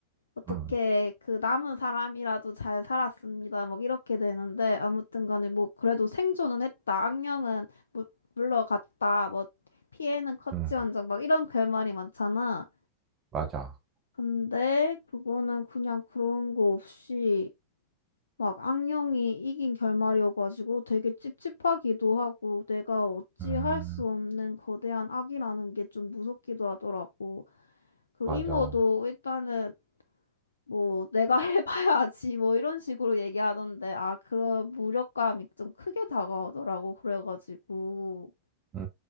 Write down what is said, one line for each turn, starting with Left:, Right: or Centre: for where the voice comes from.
Left: 어떻게
Right: 음,
Left: 그 남은 사람이라도 잘 살았습니다. 막 이렇게 되는데 아무튼 간에 뭐 그래도 생존은 했다. 악령은 물- 물러갔다. 뭐 피해는 컸지언정
Right: 음,
Left: 막 이런 결말이 많잖아.
Right: 맞아.
Left: 근데 그거는 그냥 그런 거 없이 막 악령이 이긴 결말이어가지고 되게 찝찝하기도 하고 내가 어찌
Right: 음.
Left: 할 수 없는 거대한 악이라는 게 좀 무섭기도 하더라고. 그
Right: 맞아.
Left: 이모도 일단은 뭐 내가 <laughs> 해봐야지 뭐 이런 식으로 얘기하던데 아 그런 무력감이 좀 크게 다가오더라고 그래가지고
Right: 음,